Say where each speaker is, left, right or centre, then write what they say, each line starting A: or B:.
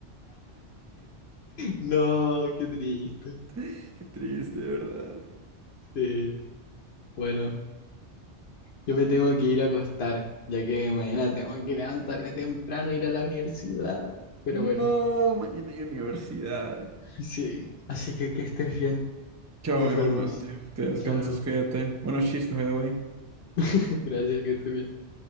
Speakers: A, on the left; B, on the right.
A: No, qué triste.
B: <laughs> Qué triste, de ¿verdad?
A: Sí. Bueno. Yo me tengo que ir a acostar, ya que mañana tengo que levantarme temprano e ir a la universidad. Pero
B: No,
A: bueno,
B: mañana hay universidad.
A: <laughs> sí. Así que que estés bien.
B: Chao,
A: Nos
B: igualmente.
A: vemos.
B: Que descanses,
A: Chao.
B: cuídate. Buenos chistes, by the way.
A: <laughs> Gracias, que estés bien.